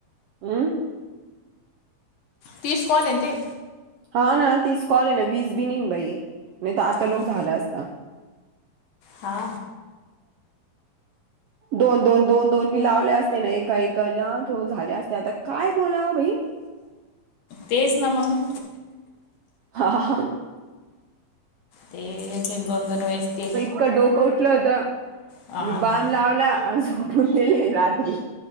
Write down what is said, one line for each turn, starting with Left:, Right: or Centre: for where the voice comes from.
Right: हं
Left: तीस कॉल हे ना ते
Right: हा ना तीस कॉल ना वीज बी नय नी बाई नायत आता
Left: हा
Right: लोकं
Left: मग
Right: झाला असता.
Left: हा
Right: दोन-दोन. दोन दोन बी लावले असते ना एका एकाला झाल्या असते आता काय बोला बाई.
Left: तेस ना मग
Right: हा हा ह‌.
Left: ते एक एक दोन दोन वेळेस ते
Right: इतक डोकं उठलं होत
Left: हा
Right: मी बाम
Left: का
Right: लावला आणि झोपून गेले रात्री.